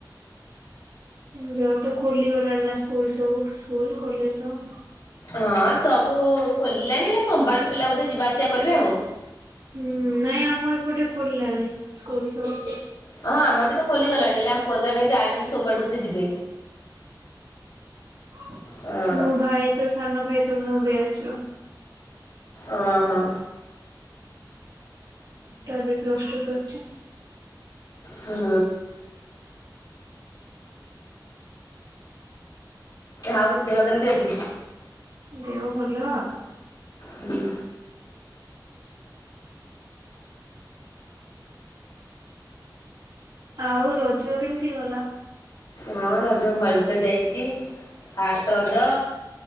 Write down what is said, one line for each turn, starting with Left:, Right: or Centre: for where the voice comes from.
Right: ବ <inaudible> ତ ଖୋଲିଗଲାଣି ନା ସ୍କୁଲ ସବୁ। ସ୍କୁଲ କଲେଜ ସବୁ।
Left: ହଁ ସବୁ ଖୋଲିଲାଣି ହେଲେ ସୋମବାରଠୁ ପିଲା ବୋଧେ ଯିବା ଆସିବା କରିବେ ଆଉ।
Right: ହୁଁ ନାଇଁ ଆମ ଏପଟେ ଖୋଲିଲାଣି ସ୍କୁଲ ସବୁ।
Left: ହଁ ଆମର ବି ତ ଖୋଲିଗଲାଣି ହେଲେ ଆମ ଆେ <inaudible> ଯାଇ ନାହାନ୍ତି ସୋମବାରଠୁ ବୋଧେ ଯିବେ।
Right: ହୁଁ
Left: ହଁ
Right: ମୁଁ ଭାଇ ତ ସାନ ଭାଇ ତୁମ ବ୍ୟାଚର।
Left: ଓ ହୋ।
Right: ଟ ବି ପ୍ଲସ ଟୁ ସଛି
Left: ହୁଁ ଆଉ ଦେହ କେମିତି ଅଛି?
Right: ଦେହ ଭଲ।
Left: ହୁଁ।
Right: ଆଉ ରଜ କେମିତି ଗଲା?
Left: ହଁ ରଜ ଭଲସେ ଯାଇଛି। ଫାଷ୍ଟ ରଜ